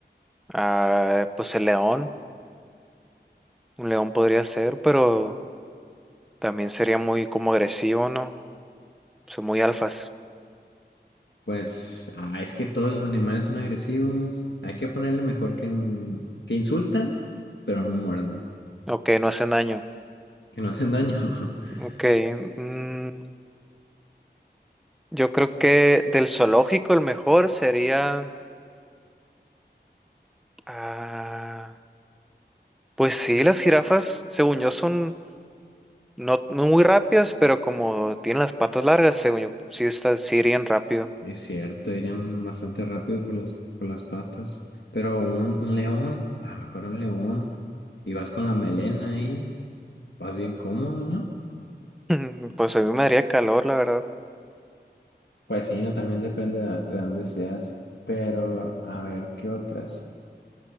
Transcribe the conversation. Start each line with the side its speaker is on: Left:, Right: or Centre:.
Centre: ah, pues el león. Un león podría ser, pero también sería muy como agresivo, ¿no? Son muy alfas.
Left: Pues ah, es que todos los animales son agresivos. Hay que ponerle mejor que, en- que insultan, pero no muerden,
Centre: Ok, no hacen daño.
Left: que no hacen daño. <laughs>
Centre: Ok. mm, yo creo que del zoológico el mejor sería... ah, pues sí, las jirafas, según yo, son no, no muy rápidas, pero como tienen las patas largas, según yo, sí, estas sí irían rápido.
Left: Es cierto, irían bastante rápido por las, por las patas. Pero un, un león, a lo mejor un león, y vas con la melena ahí. Más bien cómodo, ¿no?
Centre: Mm, Pues a mí me daría calor, la verdad.
Left: Pues sí, no, también depende de, de dónde seas. Pero, a ver, ¿qué otras?